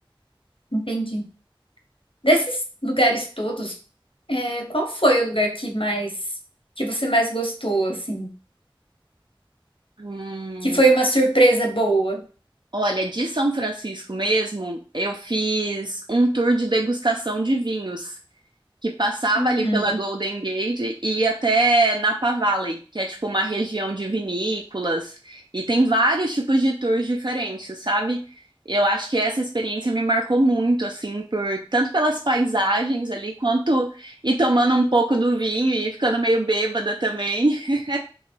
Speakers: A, on the left; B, on the right.
A: entendi. Desses lugares todos, é, qual foi o lugar que mais, que você mais gostou, assim?
B: Hum,
A: Que foi uma surpresa boa?
B: olha, de São Francisco mesmo, eu fiz um tour de degustação de vinhos. que passava
A: Uhum.
B: ali pela Golden Gate e ia até Napa Valley, que é tipo uma região de vinícolas e tem vários tipos de tours diferentes, sabe? Eu acho que essa experiência me marcou muito, assim, por tanto pelas paisagens ali, quanto e tomando um pouco do vinho e ficando meio bêbada também. <laughs>